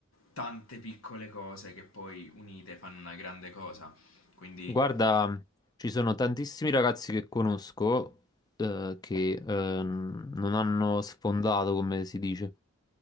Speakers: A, on the left (about 80°); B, on the left (about 20°).
A: tante piccole cose che poi unite fanno una grande cosa, quindi
B: Guarda, ci sono tantissimi ragazzi che conosco eh, che ehm, non hanno sfondato, come si dice.